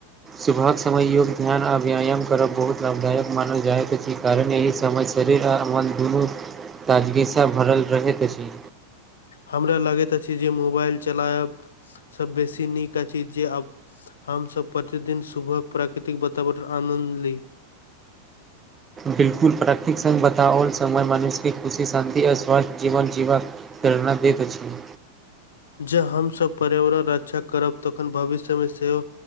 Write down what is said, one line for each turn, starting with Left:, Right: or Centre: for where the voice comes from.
Right: सुबह समय योग्य ध्यान व्यायाम करब बहुत लाभदायक मानल जाइत अछि कारण एहि सम शरीर आ मन दुनू ताजगीसँ भरल रहैत अछि
Left: हमरा लगैत अछि जे मोबाइल चलायब से बेसी नीक अछि जे आब हमस प्रतिदिन सुबह प्राकृतिक वातावरण आनन्द ली
Right: बिलकुल प्राकृिक सघ बताओल समय मनुष्य खुशी शान्ति आ स्वस्थ जीवन जीवन प्रेरणा दैत अछि
Left: जे हमसभ पर्यावरण रक्षा करब तखन भविष्यमे सेहो